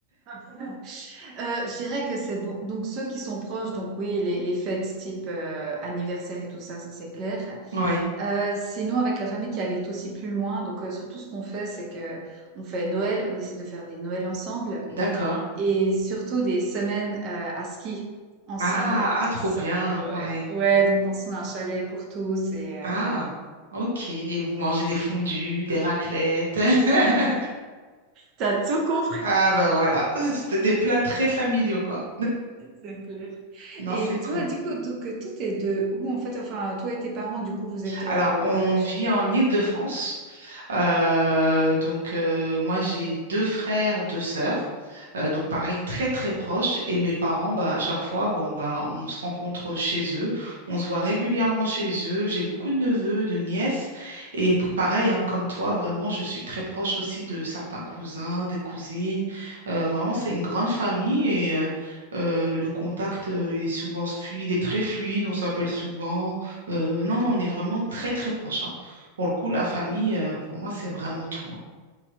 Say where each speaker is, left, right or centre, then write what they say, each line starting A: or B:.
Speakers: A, on the right (about 40°); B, on the right (about 65°).
A: <laughs> Euh, je dirais que c'est bon. Donc ceux qui sont proches, donc oui, les, les fêtes type euh, anniversaire et tout ça, ça c'est clair.
B: Oui,
A: Euh, sinon, avec la famille qui habite aussi plus loin, donc euh, surtout ce qu'on fait, c'est que on fait Noël, on essaie de faire des Noëls ensemble
B: d'accord.
A: et surtout des semaines euh, à ski ensemble.
B: Ah, ah,
A: Donc
B: trop
A: ça,
B: bien,
A: ouais,
B: ouais.
A: ouais. Donc on se trouve un chalet pour tous et euh,
B: Ah,
A: voilà.
B: ok. Et vous mangez des fondues, des raclettes. <laughs>
A: T'as tout compris.
B: Ah,
A: <laughs>
B: ben voilà, <laughs> C'était des plats très familiaux, quoi.
A: C'est clair.
B: Non,
A: Et
B: c'est
A: toi,
B: cool.
A: du coup, donc euh, toi, t'es de où en fait? Enfin, toi et tes parents, du coup, vous êtes euh,
B: Alors, on
A: bah,
B: vit en Île-de-France. Euh, donc, euh, moi, j'ai deux frères, deux sœurs. Euh, donc, pareil, très, très proches. Et mes parents, bah, à chaque fois, bon, bah, on va, on se rencontre chez eux. On se voit régulièrement chez eux. J'ai beaucoup de neveux, de nièces. Et p- pareil, hein, comme toi, vraiment, je suis très proche aussi de certains cousins, des cousines. Euh, vraiment, c'est une grande famille et euh, euh, le contact, euh, il est souvent fluide, il est très fluide. On s'appelle souvent. Euh, non, non, on est vraiment très, très proches. hein. Pour le coup, la famille, euh, pour moi, c'est vraiment tout. hein.